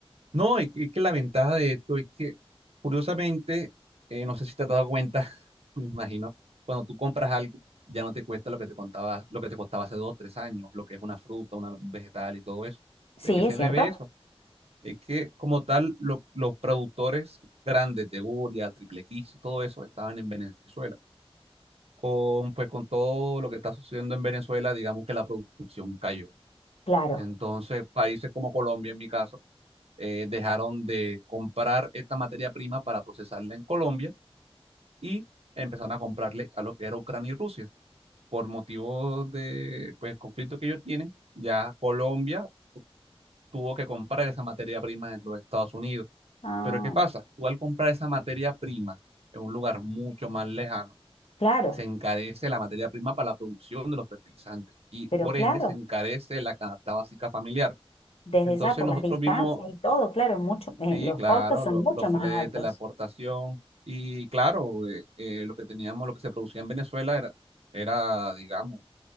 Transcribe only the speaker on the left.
Sí,
es cierto.
Claro.
Ah,
claro,
pero
claro,
desde
ya por
las distancias
y todo, claro, es mucho, eh,
los
costos son
mucho
más
altos.